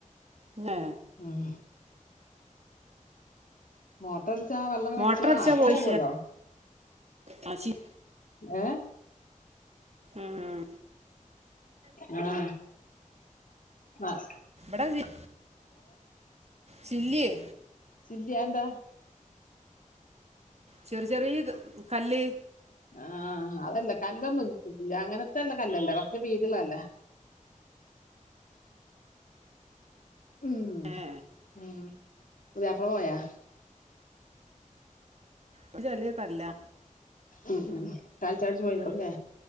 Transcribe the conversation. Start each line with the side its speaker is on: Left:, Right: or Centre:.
Right: പിന്നെ
Left: ഉം മോട്ടറടിച്ചാ വെള്ളെങ്ങ്
Right: മോട്ടർ
Left: അടിച്ചാ ആപ്പ
Right: പോയിച്ചാ
Left: പോകുവല്ലോ
Right: ആ ശരി
Left: ഏഹ്
Right: ഉം ഉം
Left: ആഹ് ആഹ്
Right: ഇബടെ ചിൽ ചില്ലിയേ.
Left: ചില്ലിയായെന്താ?
Right: ചെറു ചെറീ കല്ല്
Left: ആഹ് ആ കല്ലൊ കല്ലമ്മക്ക് കിട്ടില്ല അങ്ങനെത്തെല്ല കല്ലല്ല കൊറെച്ച് വീതിയുള്ള കല്ലാ. ഉം
Right: ഏ
Left: ഉം പുതിയാപ്പിള പോയാ?
Right: ഇത് ചെലിയക്കല്ലാ.
Left: ഉം ഉം കാലി ചായ കുടിച്ച് പോയതാവുലേ
Right: ഉം